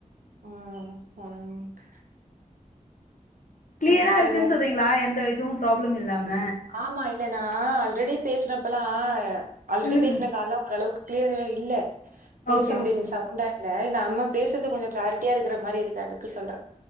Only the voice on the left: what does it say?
கிளியரா
இருக்குன்
சொல்றீங்களா எந்த இதுவு ப்ராப்ளம் இல்லாம
ம்
ஓகே
ஓகே